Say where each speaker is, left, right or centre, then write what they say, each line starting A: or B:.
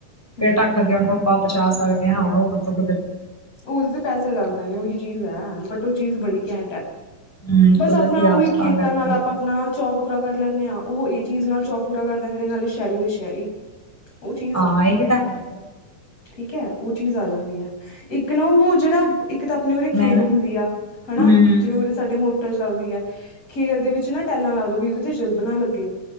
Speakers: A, on the left; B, in the centre.
A: ਹਮ
B: ਹੈ। ਢੱਕ ਕੇ ਉਹਨੂੰ ਆਪਾਂ ਬਚਾ ਸਕਦੇ ਹਵਾ ਹੋਆ ਤੂੰ ਕੁਦਰਤੀ
A: ਉਹਦੇ ਤੇ ਪੈਸੇ ਲੱਗਦੇ ਨੇ ਉਹੀ ਚੀਜ਼ ਹੈ ਬਟ ਉਹ ਚੀਜ਼ ਬੜੀ ਘੈਂਟ ਹੈ।
B: ਹਮ
A: ਬਸ
B: ਕੁਦਰਤੀ
A: ਆਪਣਾ ਉਹੀ
B: ਆਫਤਾਂ
A: ਖੇਤਾਂ
B: ਕਰਕੇ
A: ਨਾਲ ਆਪਾਂ ਆਪਣਾ ਚੋ ਪੂਰਾ ਕਰ ਲੈਂਦੇ ਹਾਂ ਉਹ ਇਹ ਚੀਜ਼ ਨਾਲ ਚੋਪ ਪੂਰਾ ਕਰ ਲੈਂਦੇ ਨੇ ਨਾਲੇ ਸ਼ਹਿਰੀ ਦੇ ਸ਼ਹਿਰੀ। ਉਹ ਚੀਜ਼
B: ਹਾਂ
A: ਆ,
B: ਇਹ ਤਾਂ ਹੈ ਫਿਰ
A: ਠੀਕ ਹੈ। ਉਹ ਚੀਜ਼ ਆ ਜਾਂਦੀ ਹੈ ਇੱ ਉਹ ਜਿਹੜਾ ਇੱਕ ਤਾਂ ਆਪਣੇ ਉਰੇ ਖੇਲ
B: ਮੈਂ ਨਾ
A: ਹੁੰਦੀ ਆ ਹਨਾ
B: ਹਮ
A: ਜਿਵੇਂ ਉਰੇ ਸਾਡੇ ਮੋਟ ਚੱਲਦੀ ਹੈ ਖੇਲ ਦੇ ਵਿੱਚ ਨਾ ਟੈਲਾਂ ਲਾਦੋ ਵੀ ਉਹਦੇ ਤੇ ਜਿ ਜੀਲਬ ਨਾ ਲੱਗੇ।